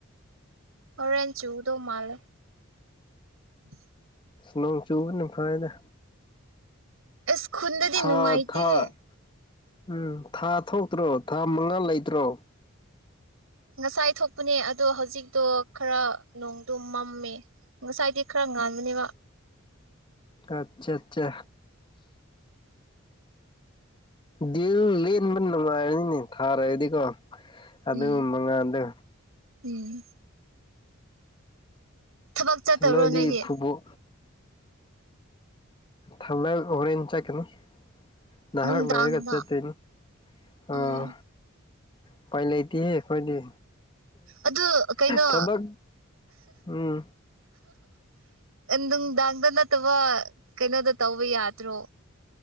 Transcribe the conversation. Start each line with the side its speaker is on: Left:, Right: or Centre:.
Right: ꯍꯣꯔꯦꯟ ꯆꯨꯗꯧ ꯃꯥꯜꯂꯦ <inaudible>
Left: ꯅꯣꯡ ꯆꯨꯕꯅ ꯐꯩꯗ
Right: ꯏꯁ ꯈꯨꯨꯟꯗꯗꯤ
Left: ꯊꯥ
Right: ꯅꯨꯡꯉꯥꯏꯇꯦ
Left: ꯊꯥ
Right: ꯍꯦ
Left: ꯎꯝ ꯊꯥ ꯊꯣꯛꯇ꯭ꯔꯣ ꯊꯥ ꯃꯉꯥꯜ ꯂꯩꯇ꯭ꯔꯣ
Right: ꯉꯁꯥꯏ ꯊꯣꯛꯄꯅꯦ ꯑꯗꯣ ꯍꯧꯖꯤꯛꯇꯣ ꯈꯔ ꯅꯣꯡꯗꯣ ꯃꯝꯃꯦ ꯉꯁꯥꯏꯗꯤ ꯈꯔ ꯉꯥꯟꯕꯅꯦꯕ
Left: ꯑꯆꯥꯠꯆꯥ ꯗꯤꯜ ꯂꯦꯟꯕ ꯅꯨꯡꯉꯥꯏꯔꯅꯤꯅꯦ ꯊꯥꯔꯒꯗꯤꯀꯣ ꯑꯗꯨ
Right: ꯎꯝ
Left: ꯃꯉꯥꯜꯗꯨ
Right: ꯎꯝ ꯊꯕꯛ ꯆꯠꯇꯕ꯭ꯔꯣ
Left: ꯅꯣꯢꯗꯤ
Right: ꯅꯣꯏꯗꯤ
Left: ꯐꯨꯠꯕꯣꯜ ꯊꯕꯛ ꯍꫭꯔꯦꯟ ꯆꯠꯒꯅꯤ ꯅꯍꯥꯛ
Right: ꯅꯨꯡꯗꯥꯡꯗ
Left: ꯂꯩꯔꯒ ꯆꯠꯇꯣꯏꯅꯤ
Right: ꯑꯣ
Left: ꯑꯝ ꯎꯄꯥꯏ ꯂꯩꯇꯦꯍꯦ ꯑꯩꯈꯣꯏꯗꯤ
Right: ꯑꯗꯨ ꯀꯩꯅꯣ
Left: ꯊꯕꯛ ꯎꯝ
Right: ꯅꯨꯡꯗꯥꯡꯗ ꯅꯠꯇꯕ ꯀꯩꯅꯣꯗ ꯇꯧꯕ ꯌꯥꯗ꯭ꯔꯣ